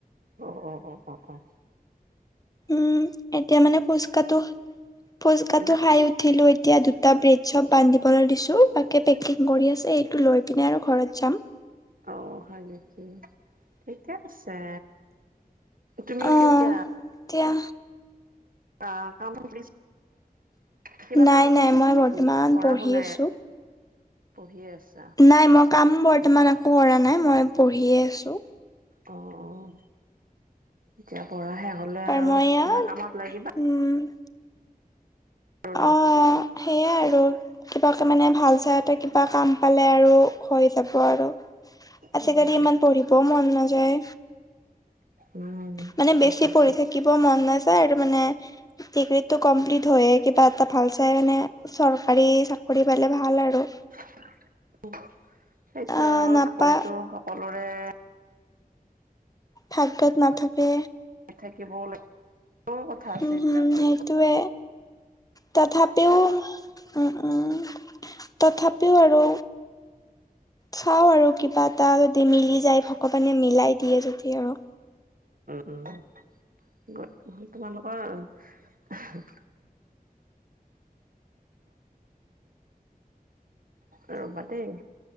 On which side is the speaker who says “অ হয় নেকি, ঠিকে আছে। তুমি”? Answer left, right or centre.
Right